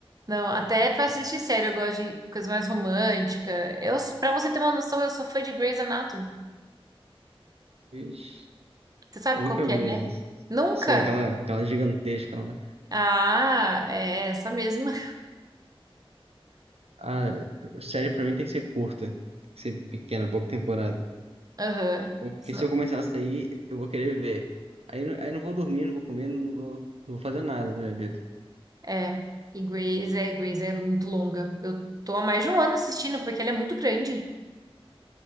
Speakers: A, on the right; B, on the right.
A: Não, até pra assistir sério, eu gosto de coisa mais romântica. Eu, pra você ter uma noção, eu sou fã de Grey's Anatomy.
B: Ixi,
A: Você sabe
B: eu nunca
A: qual que
B: vi
A: é, né?
B: essa.
A: Nunca?
B: Sei, aquela, aquela gigantesca lá.
A: Ah, é essa mesma.
B: A série pra mim tem que ser curta, tem que ser pequena, pouca temporada.
A: <laughs> Aham.
B: Porque
A: Sno-
B: se eu começar a sair, eu vou querer ver. Aí, eu não- aí eu não vou dormir, não vou comer, não vou, não vou fazer nada na minha vida.
A: É. E Grey's é, Grey's é muito longa. Eu tô há mais de um ano assistindo, porque ela é muito grande.